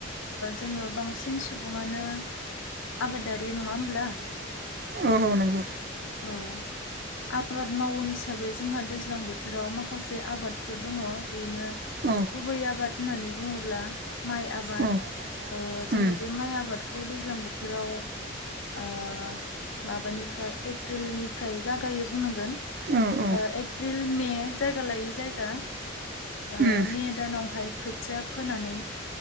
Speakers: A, on the left; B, on the right.
A: जोङो बांसिन सुबुङानो आबादारि नङा होमब्ला
B: औ नंगौ।
A: औ आबाद मावो हिसाबै जोंहा दैज्लां बो थोराव माखासे आबादफोर दङ। बेनो
B: औ
A: गुबै आबाद होननानै बुङोब्ला माइ आबाद।
B: औ
A: ओ
B: उम
A: जोङो बे माइ आबाद खौ दैज्लां बोथोराव ओ माबानिफ्राय एप्रिलनिफ्राय जागायो बुंनांगोन
B: औ औ
A: ओ एप एप्रिल मे जायगा लायै जायगा ओ
B: उम
A: मे दानावहाय खोथिया फोनानै